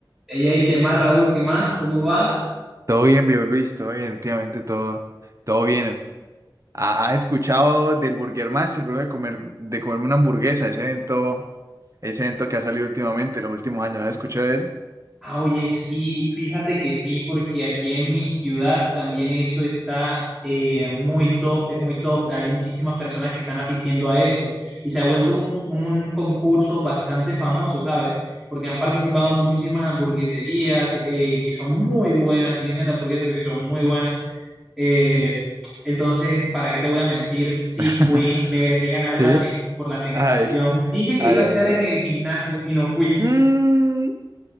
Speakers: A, in the centre; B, on the right.
A: Ey, ey, ¿qué más, Raúl? ¿Qué más? ¿Cómo vas?
B: Todo bien, viejo Luis, todo bien, últimamente todo, todo bien. ¿Ha- ¿Has escuchado del Burger Master, luego de comer, de comerme una hamburguesa, ese evento, ese evento que ha salido últimamente, los últimos años, ¿lo has escuchado de él?
A: Ah, oye, sí, fíjate que sí, porque aquí en mi ciudad también eso está eh, muy top, es muy top. Hay muchísimas personas que están asistiendo a eso y se ha vuelto un, un concurso bastante famoso, ¿sabes? Porque han participado muchísimas hamburgueserías eh, que son muy buenas, líneas de hamburguesas que son muy buenas. Eh, entonces, ¿para qué te voy a mentir? Sí
B: <laughs>
A: fui, me dejé ganar la
B: ¿Sí?
A: ten- por la tentación.
B: Ay,
A: Dije que
B: ay,
A: iba a
B: ay,
A: estar en
B: ay.
A: el gimnasio y no fui.
B: Mm,